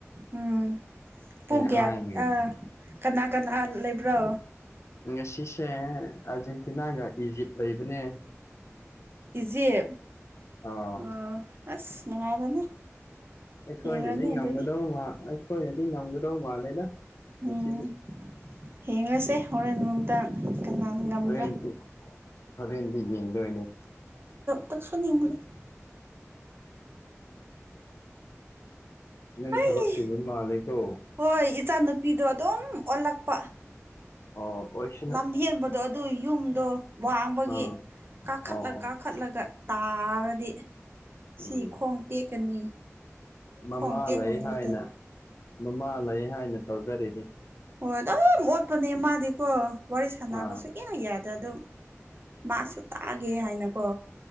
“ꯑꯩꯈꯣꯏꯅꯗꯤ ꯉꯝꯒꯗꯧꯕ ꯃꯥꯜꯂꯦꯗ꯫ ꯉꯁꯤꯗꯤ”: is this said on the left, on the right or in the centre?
Left